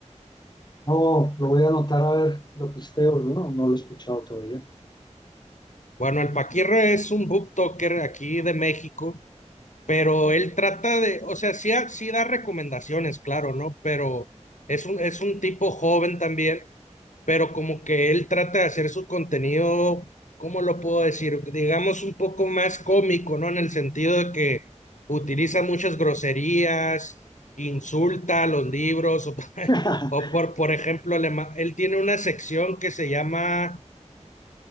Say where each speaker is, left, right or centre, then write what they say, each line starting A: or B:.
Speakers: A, on the left; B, on the left.
A: No, lo voy a anotar a ver, lo pisteo, no, no lo he escuchado todavía.
B: Bueno, el Paquirra es un booktoker aquí de México, pero él trata de, o sea, sí, ha- sí da recomendaciones, claro, ¿no? Pero es un, es un tipo joven también, pero como que él trata de hacer su contenido, ¿cómo lo puedo decir? Digamos un poco más cómico, ¿no? En el sentido de que utiliza muchas groserías, insulta a los libros, <laughs>
A: <laughs>
B: o, por, por ejemplo, le ma- él tiene una sección que se llama